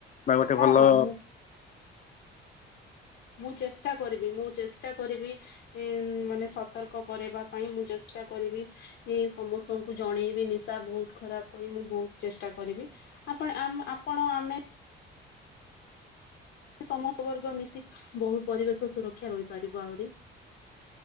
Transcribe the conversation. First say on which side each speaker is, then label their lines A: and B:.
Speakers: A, on the left; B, on the left.
A: ବା ଗୋଟେ
B: ହଁ
A: ଭଲ
B: ହଁ ମୁଁ ମୁଁ ଚେଷ୍ଟା କରିବି ମୁଁ ଚେଷ୍ଟା ଚୋ କରିବି ମାନେ ସତର୍କ କରିବା ପାଇଁ ମୁଁ ଚେଷ୍ଟା କରିବି ସମସ୍ତଙ୍କୁ ଜଣେଇବି ନିଶା ବହୁତ ଖରାପ କହି ମୁଁ ବହୁତ ଚେଷ୍ଟା କରିବି ଆ ଆପଣ ଆମେ ସମସ୍ତ ବର୍ଗ ମିଶି ବହୁ ପରିବେଶ ସୁରକ୍ଷା ରହିପାରିବ ଆହୁରି।